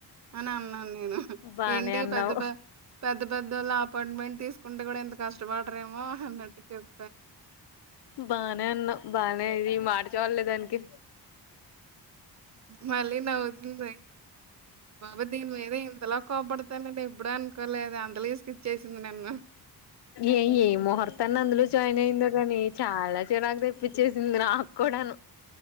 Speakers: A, on the right; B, on the left.
A: అని అన్నాను నేను
B: బానే
A: ఏంటి
B: అన్నావు
A: పెద్ద పె పెద్ద పెద్దోళ్ళ అపాయింట్మెంట్ తీసుకుంటే కూడా ఎంత కష్టపడరేమో అన్నట్ చెప్పు
B: బానే ఉన్నా బానే ఇది మార్చేవాలలే దానికి
A: మళ్ళీ నవ్వుతుంది బాబా దీని మీద ఇంతలా కోపడుతు తండి ఎప్పుడూ అనుకోలేదు అందుకకి స్కిచ్సింది నన్ను
B: ఏ ఏ ముహూర్తాన్ని అందులో జాయిన్ అయిందో కాని చాలా నాకు తెప్పించేసింది నాకు కూడాను